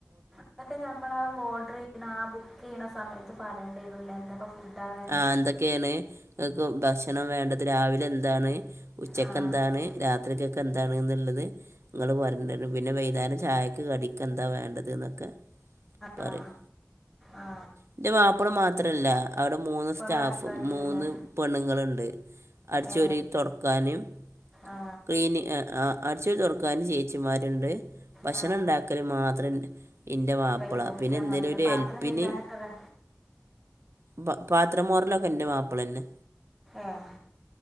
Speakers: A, in the centre; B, on the right.
A: അതൊക്കെ നഞമ്മൾ ആ ഓർഡർ ചെയ്യുന്ന ആ ബുക്ക് ചെയ്യണ സമയത്ത് പറയേണ്ടി വരൂലെ എന്തൊ ഫുഡാവേ
B: ആഹ് എന്തൊക്കെയാണണ് ഭക്ഷണം വേണ്ടത് രാവിലെ എന്താണ് ഉച്ചക്ക്
A: ആ
B: എന്താണ് രാത്രികേക്ക് എന്താണ് എന്നുള്ളത് നിങ്ങൾ വരണ്ട് വരും പിന്നെ വൈനേരം ചായക്ക് കടിക്ക് എന്താ വേണ്ടത് എന്നൊക്കെ പറയും
A: ആ ആ
B: എന്റെ മാപ്പള മാത്രല്ല അവിടെ മൂന്ന്
A: കുറേ
B: സ്റ്റാഫും
A: ആൾക്കാരുണ്ടല്ലേ
B: മൂന്ന് പെണ്ണുങ്ങളുണ്ട് അടിചൊരി
A: ഏ
B: തുടക്കാനും
A: ആ
B: ക്ലീനിങ് ങാ ങാ അടച്ചൊരി തുടക്കാനും ചേച്ചിമാരുണ്ട് ഭക്ഷണം
A: ആ
B: ഉണ്ടാക്കല് മാത്രം ഇൻ്റെ മാപ്പിള
A: ഇവര് നോക്കിയാൽ
B: പിന്നെ എന്തേങ്കലും
A: മതിയല്ലേ
B: ഒരു
A: പാത്രം
B: എല്പ്പിന്
A: കഴുകാനൊക്കെ വേ
B: പാ പാത്രമോറലൊക്കെ ഇന്റെ മാപ്പിള് തന്നെ.
A: ആഹ്